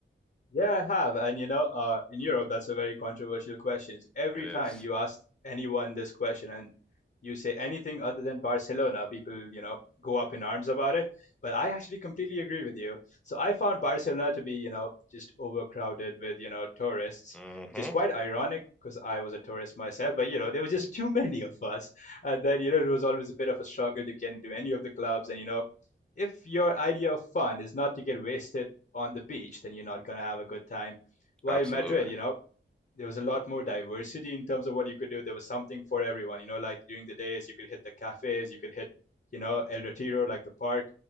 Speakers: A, on the left; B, in the centre.
A: Yeah, I have. And you know, uh, in Europe, that's a very controversial question. Every
B: It is.
A: time you ask anyone this question and you say anything other than Barcelona, people, you know, go up in arms about it. But I actually completely agree with you. So I found Barcelona to be, you know, just overcrowded with, you know, tourists,
B: Mm-hmm.
A: which is quite ironic because I was a tourist myself. But, you know, there were just too many of us. And then, you know, it was always a bit of a struggle to get into any of the clubs. And, you know, if your idea of fun is not to get wasted on the beach, then you're not going to have a good time. While
B: Absolutely.
A: Madrid, you know, there was a lot more diversity in terms of what you could do. There was something for everyone, you know, like during the days, you could hit the cafes, you could hit, you know, El Retiro, like the park.